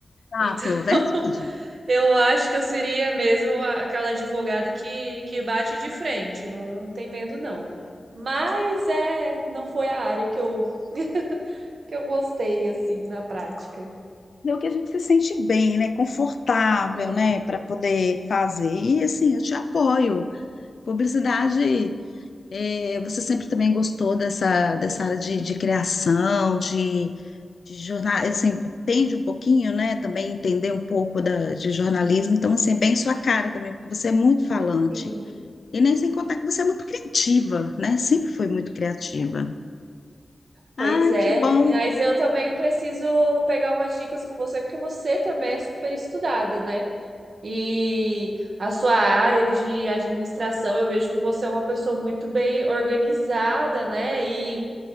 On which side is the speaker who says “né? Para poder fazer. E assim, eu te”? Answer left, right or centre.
Left